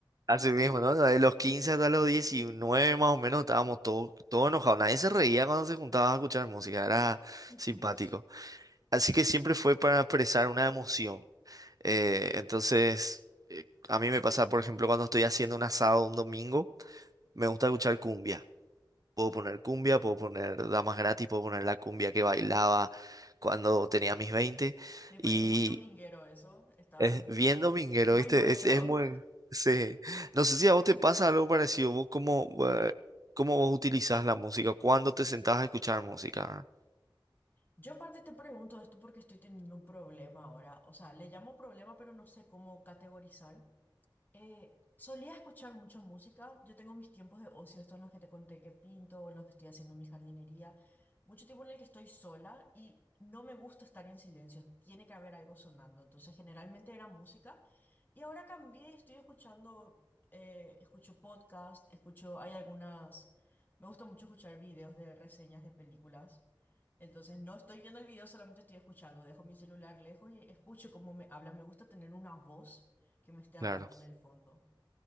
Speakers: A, on the right; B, on the left.
A: así mismo, ¿no? De los 15 hasta los 19 más o menos estábamos todos todo enojados. Nadie se reía cuando se juntaba a escuchar música. Era
B: <laughs>
A: simpático. Así que siempre fue para expresar una emoción. Eh, entonces, eh, a mí me pasa, por ejemplo, cuando estoy haciendo un asado un domingo, me gusta escuchar cumbia. Puedo poner cumbia, puedo poner damas gratis, puedo poner la cumbia que bailaba cuando tenía mis 20.
B: Me parece
A: Y
B: muy dominguero eso, está
A: es bien dominguero,
B: muy
A: ¿viste?
B: nuestro.
A: Es, es muy... Sí. No sé si a vos te pasa algo parecido. ¿Vos cómo, eh, cómo vos utilizás la música? ¿Cuándo te sentás a escuchar música? ¿Verdad?
B: Yo en parte te pregunto esto porque estoy teniendo un problema ahora. O sea, le llamo problema, pero no sé cómo categorizar. Eh, solía escuchar mucho música. Yo tengo mis tiempos de ocio, estos en los que te conté que pinto, o en los que estoy haciendo mi jardinería. Mucho tiempo en el que estoy sola y no me gusta estar en silencio. Tiene que haber algo sonando. Entonces, generalmente era música. Y ahora cambié y estoy escuchando, eh, escucho podcast, escucho, hay algunas, me gusta mucho escuchar videos de reseñas de películas. Entonces, no estoy viendo el video, solamente estoy escuchando. Dejo mi celular lejos y escucho cómo me hablan. Me gusta tener una voz que me esté hablando
A: Claro,
B: en el fondo.